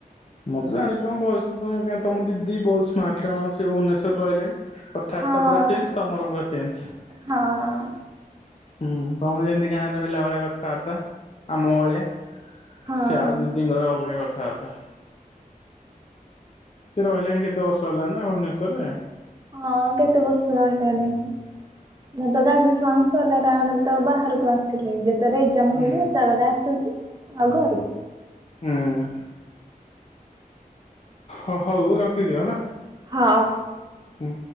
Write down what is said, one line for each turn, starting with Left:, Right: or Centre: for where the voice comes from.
Left: ମୁଁ ତ ଜାଣିଛି ତମ ଭଏସରୁ ତମ ଦିଦି ବହୁତ ସ୍ମାର୍ଟ ଜଣ ସେ ଭୁବନେଶ୍ୱରରେ ରହିଲେଣି। କଥାବାର୍ତ୍ତା
Right: ହଁ
Left: ପୁରା ଚେଞ୍ଜ ତମର ପୁରା ଚେଞ୍ଜ।
Right: ହଁ
Left: ହୁଁ ତମର ଯେମତି ଗାଁରେ ରହିଲା ଭଳିଆ କଥାବାର୍ତ୍ତା ଆମ ଭଳିଆ।
Right: ହଁ।
Left: ସେ ଆଉ ଦିଦିଙ୍କର ଅଲଗା କଥାବାର୍ତ୍ତା। ସେ ରହିଲେଣି କେତେ ବର୍ଷ ହେଲା ନା ଭୁବନେଶ୍ୱରରେ।
Right: ହଁ କେତେ ବର୍ଷ ରହିଲାନାହି। ମୁଁ ତ ଗ୍ରାଜୁଏସନ ସରିଲା ଟାଇମ୍ ରେ ତ ବାହାରକୁ ଆସିଲେ ଯେତେ ରେଜ୍। ତମ
Left: ହୁଁ
Right: ହଉଛି ରୂପା ବାଲା ଆସୁଛି ଆଉ ଘରକୁ।
Left: ହୁଁ ହ ହଉ ରଖିଦିଅ ହେଲା।
Right: ହଁ
Left: ଉଁ